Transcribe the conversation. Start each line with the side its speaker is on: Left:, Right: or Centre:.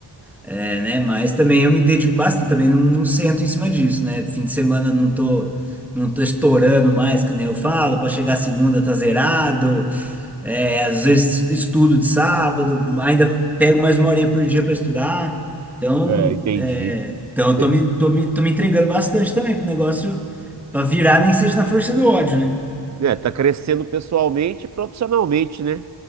Centre: É, né? Mas também eu me dedico bastante, também não, não sento em cima disso, né? Fim de semana eu não tô, não tô estourando mais, que nem eu falo, para chegar segunda tá zerado. É, às vezes estudo de sábado, ainda pego mais uma horinha por dia para estudar. Então,
Right: É, entendi.
Centre: é, então eu
Right: É,
Centre: tô me, tô me, tô me entregando bastante também pro negócio para virar, nem que seja na força do ódio, né?
Right: É, tá crescendo pessoalmente e profissionalmente, né?